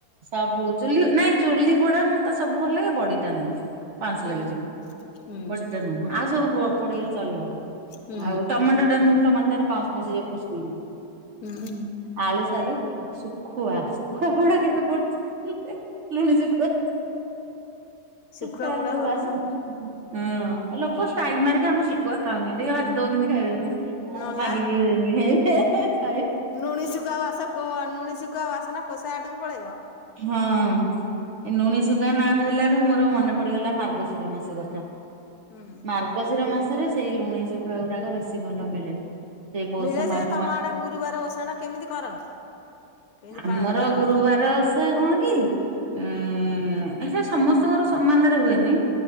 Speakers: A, on the right (about 55°); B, on the left (about 70°).
A: ସବୁ ଚୁଲି ନାଇଁ ଚୁଲି ପୋଡା ମୁଁ ତ ସବୁ ଭଲ ଲାଗେ ବଡିଟା ନୁହେଁ। ପାଉଁସ
B: ହୁଁ
A: ଲାଗିଜିବ
B: ହୁଁ।
A: ବଡିଟା ନୁହୁଁ ଆ ଉ ସବୁ ପୋଡିଲେ ଚଳିବ
B: ହୁଁ
A: ଆଉ ଟମାଟୋ ଟା ନୁଁହୁଁ ଟମାଟୋରେ ପାଉଁଶ ପଶିଯିବ ଫୁସକିରି।
B: ହୁଁ।
A: ଆଳୁ, ସାର, ଶୁଖୁଆଶୁଖୁଆ ପୋଡା କେବେ ପୋଡିଚନ୍ତି ଲୁଣି ଶୁଖୁଆ।
B: ଶୁଖୁଆ
A: ତାର
B: ପୋଡା
A: ଯୋଉ
B: ଭଲ
A: ବାସ୍ନା।
B: ନା
A: ହଁ ଲୋକ ଷ୍ଟାଇଲି ମାରିକି ଆମେ ଶିକୁଆ ଖାଉନି ଦେଖିଆ ଭାଜି ଦୋବୁ କେମିତି ଖାଇବେନି।
B: ନଲା
A: ମାଗିକି <unintelligible> ହେ ହେ ହେ
B: ନୁଣି ସୁକୁଆ ବାସ କ ନୁଣି ସୁକୁଆ ବାସନା କୋଷେ ବାଟକୁ ପଳେଇବ।
A: ହଁ। ଏ ଲୁଣି ଶୁକୁଆ ନା ଧରିଲାଠୁ ମୋର ମନେ ପଡିଗଲା ମାର୍ଗଶିର ମାସ କଥା।
B: ହୁଁ।
A: ମାର୍ଗଶିର ମାସରେ ସେଇ ଲୁଣି ଶୁଖୁଆ ଗୁରାକ ବେଶୀ ଭଲ ମିଳେ। ସେଇ ପୌଷ
B: ମିଳେଯେ
A: ମାଘ
B: ତମ
A: ମାସ
B: ଆଡେ ଗୁରୁବାର ଓଷା ଟା କେମିତି କର? କେମିତି
A: ଆମର
B: ପାଳନ କର
A: ଗୁରୁବାର ଓଷା କଣକି ଏଁ
B: ହୁଁ।
A: ହେଟା ସମସ୍ତଙ୍କର ସମାନରେ ହୁଏନି।